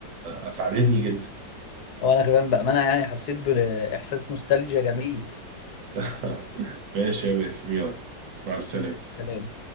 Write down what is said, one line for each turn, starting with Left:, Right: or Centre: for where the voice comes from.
Right: اسعدتني جدا
Left: هو انا كمان بأمانة يعني حسيت بإحساس نوستالجيا جميل
Right: <laughs> ماشي يا باسم يلا مع السلامة
Left: سلام